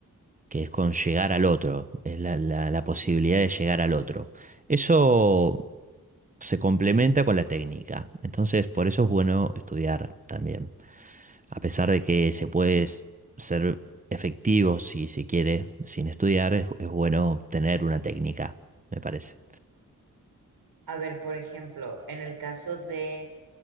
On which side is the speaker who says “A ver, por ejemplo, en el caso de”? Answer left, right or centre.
Right